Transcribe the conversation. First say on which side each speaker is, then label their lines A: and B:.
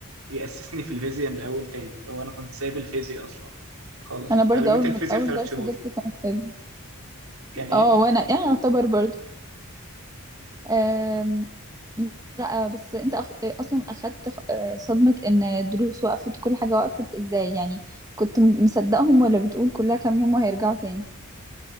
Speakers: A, on the right; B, on the right.
A: يأسسني في الفيزياء من الاول تاني لو انا كنت سايب الفيزياء اصلا خالص
B: انا برضو
A: انا لميت
B: اول
A: الفيزياء
B: مد... اول
A: في ثلاث
B: درس
A: شهور
B: جبته كان فيزياء
A: كان ايه
B: اه وانا يعني يعتبر برضو أم... لا بس انت أخ... اصلا اخدت خ- آه، صدمة ان الدروس وقفت وكل حاجة وقفت ازاي يعني كنت م- مصدقهم ولا بتقول كلها كام يوم وهيرجعوا تاني